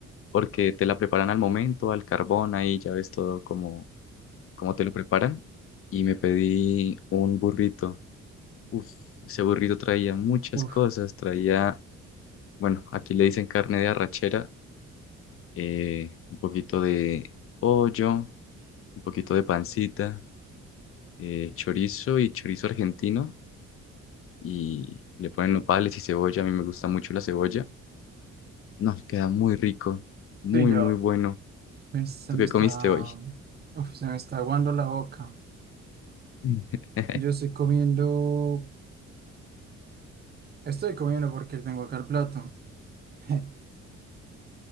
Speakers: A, on the left; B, on the right.
A: porque te la preparan al momento, al carbón, ahí ya ves todo como, como te lo preparan. Y me pedí un burrito. Uf, ese burrito traía muchas
B: Uf,
A: cosas, traía bueno, aquí le dicen carne de arrachera, eh, un poquito de pollo, un poquito de pancita, eh, chorizo y chorizo argentino y le ponen nopales y cebolla. A mí me gusta mucho la cebolla. No, queda muy rico, muy,
B: sí, yo.
A: muy bueno.
B: Me- se
A: ¿Tú
B: me
A: qué
B: está,
A: comiste hoy?
B: uf, se me está aguando la boca.
A: Mm. <laughs>
B: Yo estoy comiendo, estoy comiendo porque tengo acá el plato. <laughs>